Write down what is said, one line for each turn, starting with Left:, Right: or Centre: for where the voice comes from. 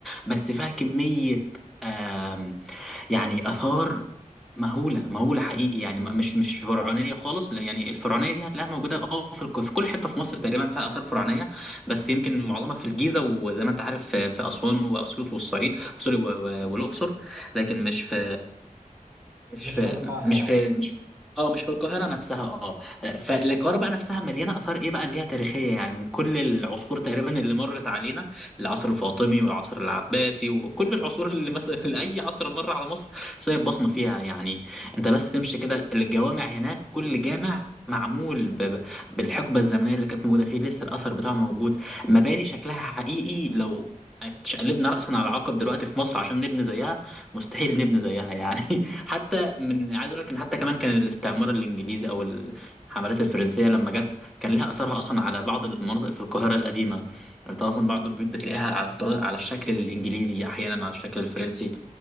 Centre: بس فيها كميه آم، يعني اثار مهوله مهوله حقيقي يعني ما- مش مش فرعونيه خالص لا يعني الفرعونيه دي هتلاقيها موجوده اه في الك- في كل حته في مصر تقريبا فيها اثار فرعونيه بس يمكن معظمها في الجيزه وزي ما انت عارف في في اسوان واسيوط والصعيد سوري و- و- والاقصر لكن مش في مش
Right: مش
Centre: في
Right: في القاهرة
Centre: مش في مش في اه مش في القاهرة نفسها اه فالقاهرة بقى نفسها مليانة آثار ايه بقى اللي هي تاريخية يعني من كل العصور تقريبا اللي مرت علينا العصر الفاطمي والعصر العباسي وكل العصور اللي مثلا <laughs> اللي أي عصر مر على مصر سايب بصمة فيها يعني انت بس تمشي كده الجوامع هناك كل جامع معمول ب... ب- بالحقبة الزمنية اللي كانت موجودة فيه لسه الأثر بتاعه موجود مباني شكلها حقيقي لو اتشقلبنا رأسا على عقب دلوقتي في مصر عشان نبني زيها مستحيل نبني زيها يعني <laughs> حتى من عايز اقول لك ان حتى كمان كان الاستعمار الانجليزي او الحملات الفرنسيه لما جت كان لها اثرها اصلا على بعض المناطق في القاهره القديمه يعني انت اصلا بعض البيوت بتلاقيها على الطرا- على الشكل الانجليزي احيانا على الشكل الفرنسي